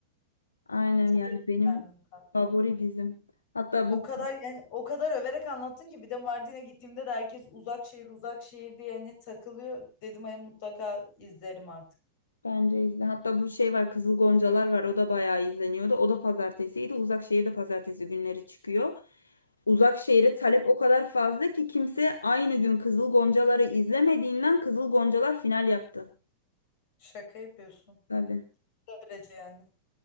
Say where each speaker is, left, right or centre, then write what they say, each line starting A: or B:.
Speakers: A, on the left; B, on the left.
A: Aynen
B: Çok
A: yani
B: etkilendim
A: benim
B: kanka.
A: favori dizim. Hatta
B: O
A: bu
B: kadar yani o kadar överek anlattın ki bir de Mardin'e gittiğimde de herkes uzak şehir uzak şehir diye hani takılıyor. Dedim hani mutlaka izlerim artık.
A: bence izle. Hatta bu şey var Kızıl Goncalar var o da bayağı izleniyordu. O da pazartesiydi. Uzak Şehir'de pazartesi günleri çıkıyor. Uzak şehire talep o kadar fazla ki kimse aynı gün Kızıl Goncaları izlemediğinden Kızıl Goncalar final yaptı.
B: Şaka yapıyorsun.
A: Tabii.
B: Böylece yani.